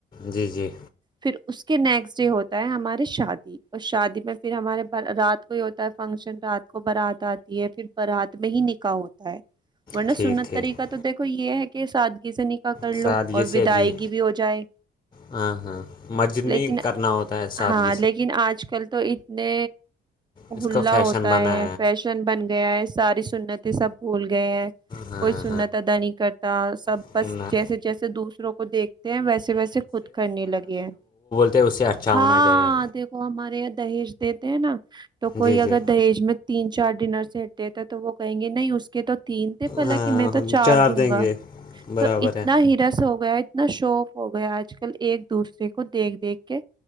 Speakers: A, on the left; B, on the right.
A: جی جی
B: پھر اس کے نیکسٹ ڈے ہوتا ہے ہماری شادی اور شادی میں پھر ہمارے رات کو ہی ہوتا ہے فنکشن رات کو بارات آتی ہے پھر برات میں ہی نکاح ہوتا ہے ورنہ
A: ٹھیک
B: سنت
A: ٹھیک
B: طریقہ تو دیکھو یہ ہے کہ سادگی سے نی کا کر
A: سادگی
B: لو اور
A: سے
B: ودائیگی
A: جی
B: بھی ہو جائے
A: ہاں ہاں مسجد
B: لیکن
A: میں کرنا ہوتا ہے سادی
B: ہاں لیکن آج کل تو اتنے
A: اس
B: ہلا
A: کا فیشن
B: ہوتا
A: بنا
B: ہے فیش شن بن گیا ہے ساری سننتے سب بھول گئے ہے
A: ہاں
B: کوئی سنت ادا نہیں کرتا سب
A: ہاں
B: بس جیسے جیسے دوسروں کو دیکھتے ہیں ویسے ویسے خود کرنے لگے ہیں
A: تو اسے اچھا
B: ہاں
A: ہونا چاہیے
B: دیکھو ہمارے یہاں دہیج دیتے ہیں نا تو کوئی
A: جی
B: اگر
A: جی
B: دہیج میں تین چار ڈنر سیٹ دیتا تو وہ کہیں گے نہیں اس کے تو تین تھے حالانکہ
A: ہاں
B: میں تو
A: ہم
B: چار دوں
A: دیں
B: گا
A: گے برابر
B: تو اتنا
A: ہے
B: ہرس ہو گیا اتنا شو اف ہو گیا آج کل ایک دوسرے کو دیکھ دیکھ کے